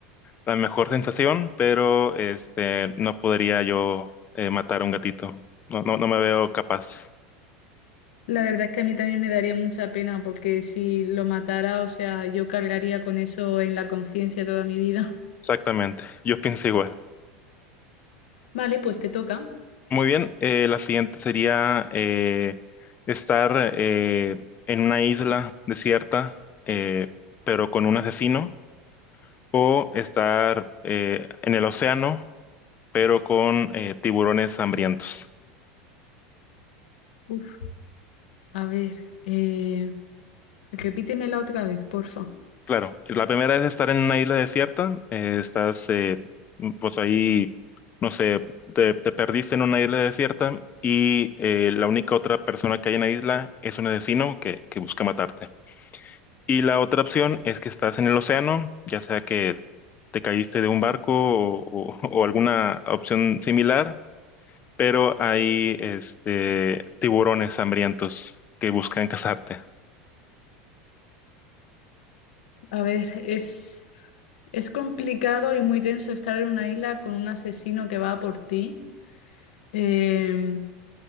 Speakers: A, on the left; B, on the left.
A: la mejor sensación, pero este, no podría yo eh, matar a un gatito. No, no, no me veo capaz.
B: La verdad es que a mí también me daría mucha pena porque si lo matara, o sea, yo cargaría con eso en la conciencia toda mi vida.
A: Exactamente. Yo pienso igual.
B: <laughs> Vale, pues te toca.
A: Muy bien. eh, la siguiente sería eh, estar eh, en una isla desierta, eh, pero con un asesino. o estar eh, en el océano, pero con eh, tiburones hambrientos.
B: Uf, a ver, eh, repítemela otra vez, porfa.
A: Claro, la primera es estar en una isla desierta, eh, estás eh, mm, pues ahí, no sé, te, te perdiste en una isla desierta y eh, la única otra persona que hay en la isla es un asesino que, que busca matarte. Y la otra opción es que estás en el océano, ya sea que te caíste de un barco o o- <laughs> o alguna opción similar pero hay este, tiburones hambrientos que buscan cazarte.
B: A ver, es, es complicado y muy tenso estar en una isla con un asesino que va a por ti, Em,